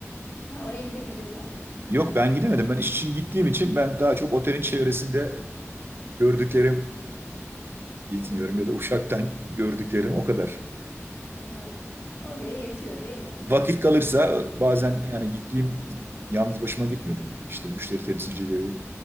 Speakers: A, on the left (about 60°); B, on the right (about 45°).
A: ha, oraya gidebildin mi?
B: Yok ben gidemedim. Ben iş için gittiğim için ben daha çok otelin çevresinde gördüklerimle yetiniyorum
A: Hı.
B: ya da uçaktan <laughs> gördüklerim o kadar.
A: Hı hı. O bile yetiyor, değil mi?
B: Vakit kalırsa bazen yani gittiğim yalnız başıma gitmiyordum. İşte müşteri temsilcileri